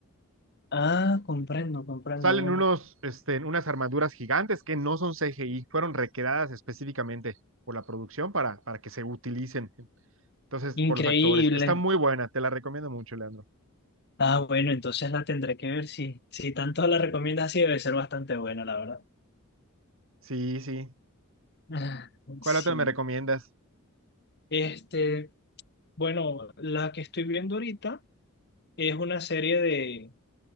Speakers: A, on the left; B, on the right.
A: Ah, comprendo, comprendo.
B: Salen
A: Bueno,
B: unos, este, unas armaduras gigantes que no son CGI, fueron recreadas específicamente por la producción para, para que se utilicen. Entonces, por
A: increíble.
B: los actores. Está muy buena, te la recomiendo mucho, Leandro.
A: Ah, bueno, entonces la tendré que ver si, si tanto la recomiendas así, debe ser bastante buena, la verdad. <laughs>
B: Sí, sí.
A: Ah,
B: ¿Cuál
A: Sí.
B: otra me recomiendas?
A: Este, bueno, la que estoy viendo ahorita es una serie de,